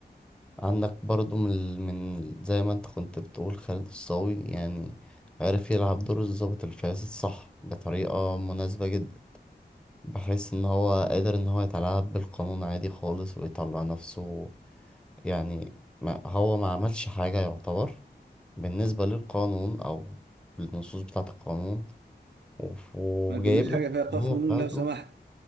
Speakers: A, in the centre; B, on the right (about 80°).
A: عندك برضو من ال- من زي ما انت كنت بتقول خالد الصاوي يعني عرف يلعب دور الضابط الفاسد صح بطريقة مناسبة جدا بحيث ان هو قادر ان هو يتلاعب بالقانون عادي خالص ويطلع نفسه يعني ما هو ما عملش حاجة يعتبر بالنسبة للقانون او للنصوص بتاعة القانون وف- وجايب
B: ما تقوليش
A: لك
B: حاجة فيها قاف
A: الحماية
B: ونون
A: بتاعته
B: لو سمحت